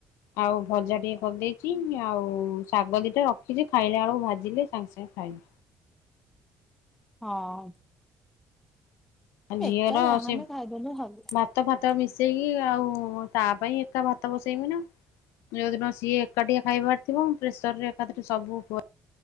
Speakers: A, on the left; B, in the centre.
A: ଆଉ ଭଜା ଟିକେ କରିଦେଇଛି ଆଉ ଶାଗ ଦିଟା ରଖିଛି। ଖାଇଲେ ବେଳକୁ ଭାଜିଲେ ସାଙ୍ଗେ ସାଙ୍ଗେ ଖାଇଲେ।
B: ହଁ।
A: ଜିର
B: ଏକା
A: ଅ
B: ଯାହାହେଲେ
A: ସେ
B: ଖାଇଦେଲେ ହବ।
A: ଭାତ ଫାତ ମିଶ ବସେଇକି ଆଉ ତା ପାଇଁ ଏକା ଭାତ ବସେଇମି ନା ଯୋଉଦିନ ସିଏ ଏକା ଟିକି ଖାଇବାର ଥିବ ମୁ ପ୍ରେସର ରେ ଏକାରେ ସବୁୁ